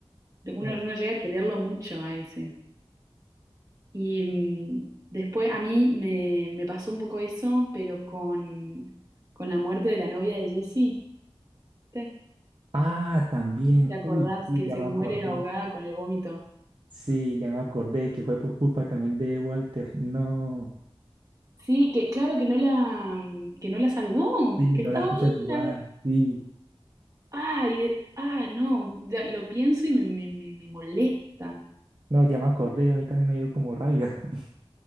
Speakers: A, on the right; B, on the right.
A: Uno,
B: no es-
A: uno llega a quererlo mucho a ese. Y mm, después a mí me, me pasó un poco eso, pero con, con la muerte de la novia de Jesse. ¿Te
B: Ah, también.
A: te acordás
B: Uy, sí,
A: que
B: ya
A: se
B: me
A: muere
B: acordé.
A: ahogada con el vómito?
B: Sí, ya me acordé que fue por culpa también de Walter. No,
A: Sí, que claro que no la que no la salvó,
B: sí,
A: que
B: no
A: estaba
B: la quiso
A: ahí,
B: ayudar.
A: la
B: Sí.
A: Ay, ah, no, ya lo pienso y me, me- me- me molesta.
B: No, ya me acordé, a mí también me dio como rabia. <laughs>